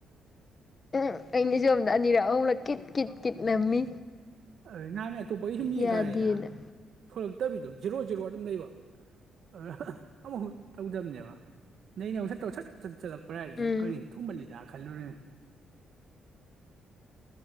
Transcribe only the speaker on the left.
ꯎꯝ ꯑꯩꯅ ꯖꯣꯝꯗ ꯑꯅꯤꯔꯛ ꯑꯍꯨꯝꯂꯛ ꯀꯤꯠ ꯀꯤꯠ ꯀꯤꯠ ꯅꯝꯃꯤ
ꯌꯥꯗꯦꯅ
ꯎꯝ